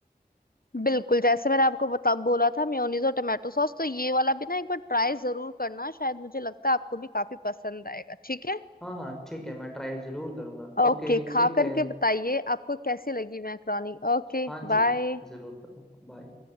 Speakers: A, on the left (about 60°); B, in the centre.
A: बिल्कुल जैसे मैंने आपको बता बोला था मेयोनीज और टोमेटो सॉस तो ये वाला भी ना एक बार ट्राई जरूर करना शायद मुझे लगता है आपको भी काफी पसंद आएगा ठीक है
B: हाँ हाँ ठीक है मैं ट्राई जरूर करूंगा
A: ओके
B: Okay
A: खा
B: take care
A: करके बताइए आपको कैसी लगी मैक्रोनी Okay
B: हाँ जी
A: bye
B: जरूर बताऊँ बाय